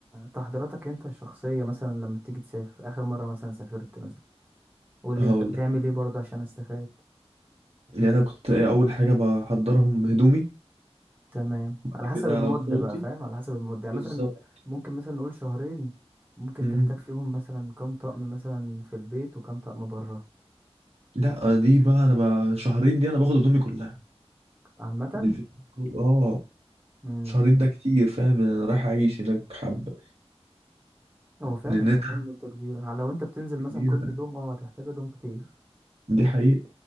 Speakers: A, on the right; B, on the right.
A: تحضيراتك انت الشخصية مثلا لما بتيجي تسافر اخر مرة مثلا سافرت مثلا قول
B: هقول
A: لي انت بتعمل
B: لك
A: ايه برضه عشان استفاد
B: يعني انا كنت إيه اول حاجه بحضرهم هدومي
A: تمام
B: بعد
A: على
B: كده
A: حسب المدة
B: فوطي
A: بقى فاهم على حسب المدة يعني
B: بالظبط
A: مثلا ممكن مثلا نقول شهرين ممكن
B: مم.
A: تحتاج فيهم مثلا كام طقم مثلا في البيت وكام طقم بره
B: لا دي بقى انا بقى شهرين دي انا باخد هدومي كلها
A: عامة
B: دي في... كل- اه
A: امم
B: شهرين ده كتير فاهم يعني انا رايح اعيش هناك حبه
A: هو فعلا
B: لان
A: شهرين
B: انت
A: مدة كبيرة على لو انت بتنزل مثلا
B: كبيرة
A: كل
B: فعلا
A: يوم اه هتحتاج هدوم كتير
B: دي حقيقة